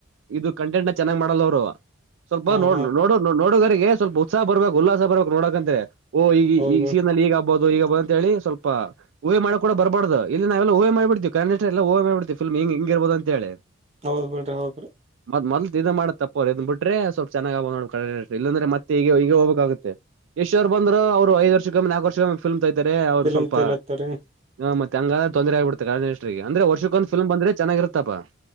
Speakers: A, on the right (about 75°); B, on the right (about 30°).
A: ಇದು ಕಂಟೆಂಟ್ ನ ಚೆನ್ನಾಘ ಮಾಡಲ್ಲ ಅವ್ರು. ಸ್ವಲ್ಪ
B: ಹಾ
A: ನೋಡ್
B: ಹಾ
A: ನೋಡು ನೋಡುಗರಿಗೆ ಸ್ವಲ್ಪ ಉತ್ಸಹ ಬರ್ಬೇಕು ಉಲ್ಲಾಸ ಬರ್ಬೇಕ್ ನೋಡಕಂತ್ರೆ. ಓ ಈಗ
B: ಹೌದ್ ಬಿಡ್
A: ಸಿ ಈಲ್ಲಿ ಈಗ ಹದು ಈಗ ಬ ಅಂತಿ ಸ್ವಲ್ಪ ಊಹೆ ಮಾಡಕ್ ಕೂಡ ಬರಬಾರ್ದು, ಇಲ್ಲಿ ನಾವೆಲ್ಲ ಊಹ ಮಾಡ್ಬಿಡ್ತಿವಿ. ಕನಿಷ್ಠ ಎಲ್ಲ ಊಹೆ ಮಾಡಿಬಿಡತಿವ್ವಿ ಫಿಲ್ಮ್ ಹೀಂಗೆ ಇರ್ಬೋದು ಅಂತ ಹೇಳಿ.
B: ಹೌದ್ ಬಿಡ್ರಿ ಹೌದು.
A: ಮತ್ ಮೊದಲ್ ಇದ ಮಾಡತಪ್ಪು, ಅವರ್ ಇದ್ ಬಿಟ್ರೆ ಸ್ವಲ್ಪ ಚನ್ನಾಗಿನೋ ಇಲ್ಲಂದ್ರೆ ಮತ್ತೆ ಈಗ ಈಗ ಹೋಗಬೇಕಾಗುತ್ತೆ. ಯಷ್ಟ ಅವರು ಬಂದ್ರು, ಅವ್ರು ಐದು ವರ್ಷಕ್ಕೆ ನಾಲ್ಕು ವರ್ಷಕ್ಕೊಮ್ಮೆ ಫಿಲ್ಮ್ ತಗಿತಾರೆ, ಅವ್ರು
B: ಫಿಲಮ್
A: ಸ್ವಲ್ಪ
B: ತೇಲತ್ತಾರಿ
A: ಹ ಮತ್ತೆ ಹಂಗ ತೊಂದರೆ ಆಗ್ಬಿಡ್ತದೆ ಕನ್ನಡ ಇಂಡಸ್ಟರಿಗೆ, ಅಂದ್ರೆ ವರ್ಷೊಂದು ಫಿಲ್ಮ ಬಂದ್ರೆ ಚೆನ್ನಾಗಿರುತ್ತೆಪಾ.